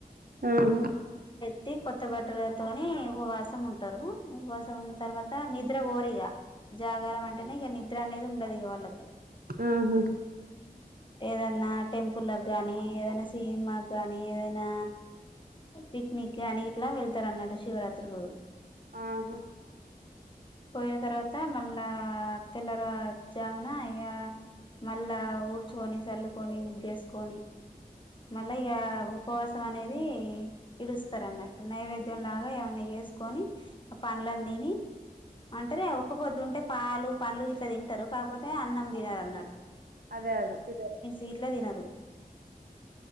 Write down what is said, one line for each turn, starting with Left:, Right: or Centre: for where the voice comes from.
Right: ఆహా
Left: ట్టి కొత్త బట్టలతోనే ఉపవాసం ఉం టరు ఉపవాసం ఉన్న తర్వాత నిద్ ద్ర పోరూ ఇగ జాగారం అంటేనే ఇగ నిద్ర అనేది ఉండది ఇగ వాళ్ళక్
Right: ఆహ
Left: ఏదన్న టెంపుల్లకు గాని ఏదన్న సి సినిమా గాని ఏదైనా పిక్నిక్ గాని ఇట్లా వెళ్తారు. అన్నట్లు శివరాత్రి రోజు
Right: ఆహా
Left: పోయిన తర్వాత మళ్లా తెల్లవర జామున ఇగ మళ్ళ ఊడ్చుకొని చల్లుకొని ముగ్గేసుకొని మళ్ళా ఇగ ఉపవాసం అనేది ఇడుస్తారు. అన్నట్టు నైవేద్యం లాగా ఏమన్నా చేసుకొని ఆ పండ్లను తిని అంటారు గాదా ఒక్క పొద్దుంటే పాలు పండ్లు గీ ట్ల తింటరు. కాకపోతే అన్నం తినరు అన్నట్టు
Right: అదే అదె తీనారు
Left: ఇట్ల తినరు